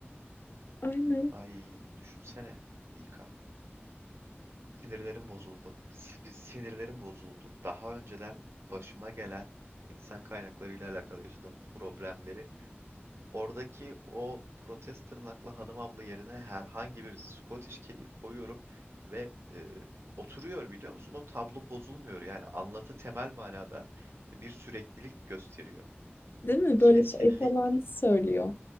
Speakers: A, on the left; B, on the right.
A: Aynen.
B: Ay düşünsene İK. Sinirlerim bozuldu. Si- Sinirlerim bozuldu. Daha önceden başıma gelen insan kaynakları ile alakalı yaşadığım problemleri Oradaki o protez tırnaklı hanım abla yerine herhangi bir Scottish kediyi koyuyorum ve e, oturuyor biliyor musun? O tablo bozulmuyor. Yani anlatı temel manada bir süreklilik gösteriyor.
A: Değil mi?
B: Kesinlik
A: Böyle şey falan söylüyor.